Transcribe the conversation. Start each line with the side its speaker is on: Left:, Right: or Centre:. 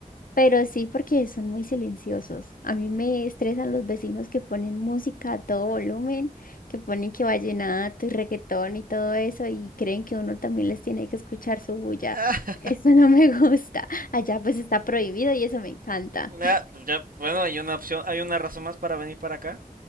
Left: pero sí porque son muy silenciosos. A mí me estresan los vecinos que ponen música a todo volumen, que ponen que vallenato y reggaetón y todo eso y creen que uno también les tiene que escuchar su bulla.
Right: <laughs>
Left: <laughs> Eso no me gusta. Allá pues está prohibido y eso me encanta.
Right: Ah, pues ya, bueno, hay una opción, hay una razón más para venir para acá.